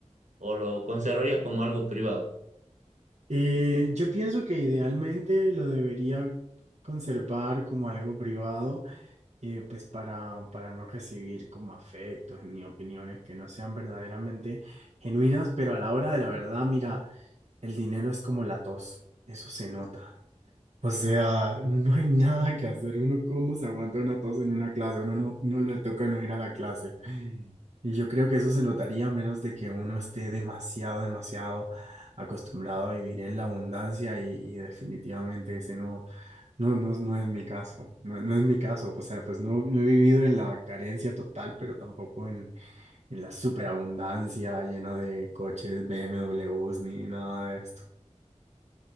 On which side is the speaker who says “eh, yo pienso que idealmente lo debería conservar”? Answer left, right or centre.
Right